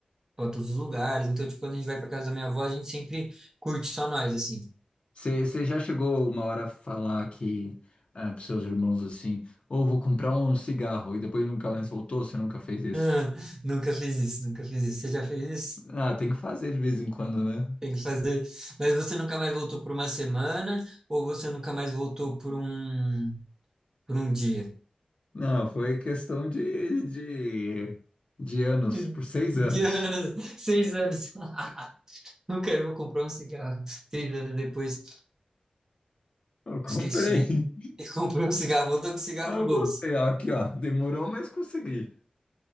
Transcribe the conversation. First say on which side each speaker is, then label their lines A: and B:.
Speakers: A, on the right; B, on the left.
A: pra todos os lugares. Então, tipo, quando a gente vai pra casa da minha avó, a gente sempre curte só nós, assim. <laughs>
B: Você você já chegou uma hora a falar que ah, pros seus irmãos assim, ou vou comprar um cigarro e depois nunca mais voltou? Você nunca fez isso?
A: Ah, nunca fiz isso, nunca fiz isso. Você já fez isso?
B: Ah, tem que fazer de vez em quando, né?
A: Tem que fazer. Mas você nunca mais voltou por uma semana ou você nunca mais voltou por um, por um dia?
B: Não, foi questão de, de, de anos,
A: De,
B: por seis
A: de
B: anos.
A: anos, seis anos. <laughs> Nunca eu vou comprar um cigarro. Seis anos depois,
B: Eu comprei.
A: esqueci.
B: <laughs>
A: E comprei <laughs> um cigarro, voltou com o cigarro
B: Ah,
A: no
B: Eu
A: bolso.
B: voltei, ah, aqui ó, demorou, mas consegui,